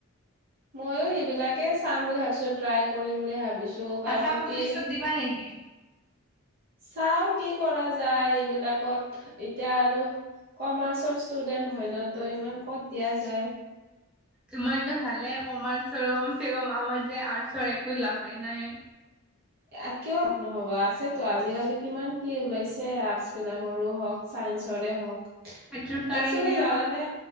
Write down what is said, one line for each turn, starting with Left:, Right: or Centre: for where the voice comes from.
Right: ময়ো সেইবিলাকে চাম বুলি ভাবিছোঁ, ট্ৰাই কৰিম বুলি ভাবিছোঁ। কাৰণ
Centre: আছাম
Right: কি
Centre: <unintelligible> নেকি?
Right: চাওঁ কি কৰা যায় এইবিলাকত, এতিয়া আৰু কমাৰ্চৰ ষ্টুডেন্ট হয় ন তই, ইমান ক'ত দিয়া যায়।
Centre: তোমাৰতো ভালে কমাৰ্চৰ কমচেকম, আমাৰ যে আৰ্টছৰ একো লাভেই নাই।
Right: আ, কিয় নহ'ব আছেতো, আজিকালি কিমান কি ওলাইছে আৰ্টচ বিলাকৰো হওঁক চায়েঞ্চৰে হওঁক।
Centre: সেইটোৰ কাৰণে
Right: একচুৱেলি জানানে?
Centre: আমাক